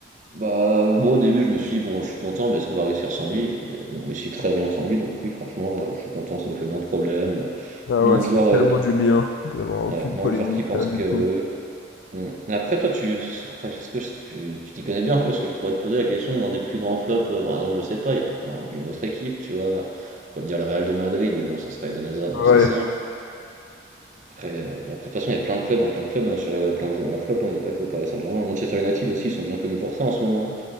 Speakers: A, on the right (about 40°); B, on the left (about 75°).
A: Bah, moi au début, je me suis dit, bon, je suis content, mais est-ce qu'on va réussir sans lui? Et on réussit très bien sans lui, donc oui, franchement, euh, je suis content, ça nous fait moins de problèmes, euh,
B: Ah
A: moins
B: ouais,
A: de
B: ça
A: joueurs,
B: fait tellement
A: euh, qui,
B: du bien d'avoir aucune
A: ouais, moins
B: polémique,
A: de joueurs qui pensent
B: rien du
A: que.
B: tout.
A: Hmm. Après, toi, tu, après, est-ce que je- tu tu t'y connais bien un peu? Parce que je pourrais te poser la question d'un des plus grands flops, euh, par exemple, je sais pas, il y a plein d'une autre équipe, tu vois, on pourrait te dire le Real de Madrid, mais bon, ça serait Eden Hazard, donc
B: Ouais.
A: c'est simple. Après, euh, après, de toute façon, il y a plein de clubs, hein, plein de clubs, hein, ch- plein de joueurs en flop, hein, il n'y a pas que au Paris Saint-Germain. Manchester United aussi, ils sont bien connus pour ça en ce moment.